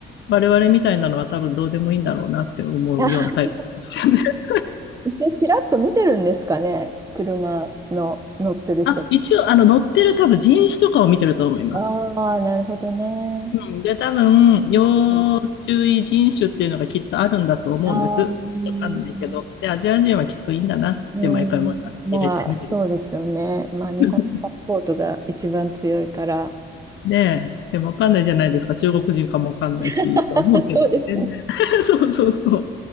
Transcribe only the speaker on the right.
<laughs> 一応ちらっと見てるんですかね、車の乗ってる人。
ああ、なるほどね。
うん、ああ、うん、
うんまあ、
そうですよね。まあ、日本のパスポートが一番強いから。
<laughs>
そうですね。